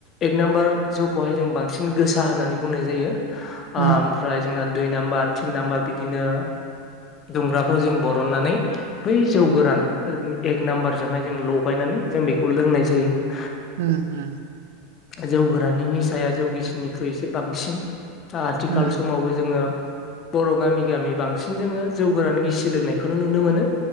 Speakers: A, on the left (about 35°); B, on the right (about 60°).
A: एक नाम्बार जौखौहाय जों बांसिन गोसा होननानै बुंनाय जायो ओमफ्राय
B: उम
A: जोंना दुइ नाम्बार तिन नाम्बार बिदिनो दुंग्राफ्राव जों बरननानै बै जौ गोरान एक नाम्बारजोंहाय जों लगायनानै जों बेखौ लोंनाय जायो
B: उ उ
A: जौगोराननि निसाया जौगिसिननिख्रुइ एसे बांसिन दा आथिखाल
B: उम
A: समावबो जोङो बर' गामि गामि बांसिन जोङो जौ गोरान गिसि लोंनायखौनो नुनो मोनो